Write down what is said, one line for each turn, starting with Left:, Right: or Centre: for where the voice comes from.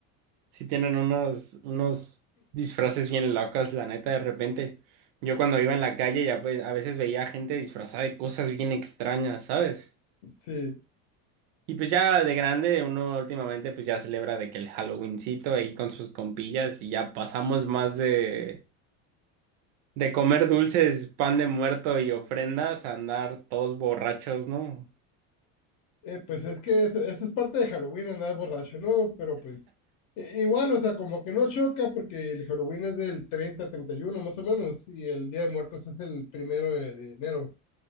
Right: Sí tienen unos, unos disfraces bien locos, la neta, de repente. Yo cuando iba en la calle ya pues, a veces veía gente disfrazada de cosas bien extrañas, ¿sabes?
Left: Sí.
Right: Y pues ya de grande uno últimamente pues ya celebra de que el Halloweencito ahí con sus compillas y ya pasamos más de De comer dulces, pan de muerto y ofrendas, a andar todos borrachos, ¿no?
Left: Eh, pues es que eso, eso es parte de Halloween, andar borracho, ¿no? Pero pues i- igual, o sea, como que no choca porque el Halloween es del treinta treinta y uno más o menos, y el Día de Muertos es el primero de, de enero.